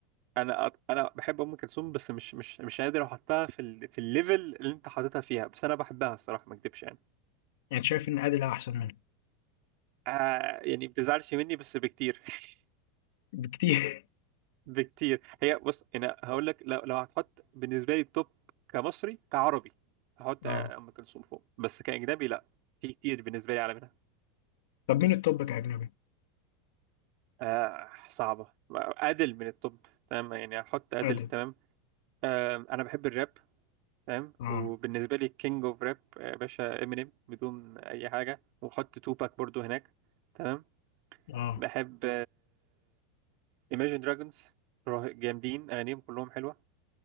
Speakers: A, on the right; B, on the left.
A: انا انا بحب ام كلثوم بس مش مش مش قادر احطها في ال... في الليفل اللي انت حاططها فيها بس انا بحبها الصراحه ما اكدبش يعني
B: يعني شايف ان عادل احسن منه
A: آه يعني ما بتزعلش مني بس بكتير <laughs>
B: بكتير
A: بكتير هي بص انا هقول لك لو لو هتحط بالنسبه لي التوب كمصري كعربي هحط
B: <laughs> اه
A: آه، ام كلثوم فوق بس كاجنبي لا في كتير بالنسبه لي اعلى منها
B: طب مين التوب كاجنبي
A: آه صعبه آه، ادل من التوب تمام يعني هحط ادل
B: عادل
A: تمام آه انا بحب الراب فاهم
B: اه
A: وبالنسبه لي كينج اوف راب يا باشا امينيم بدون اي حاجه وحط توباك برضو هناك تمام
B: اه
A: بحب ايماجين دراجونز جامدين اغانيهم كلهم حلوه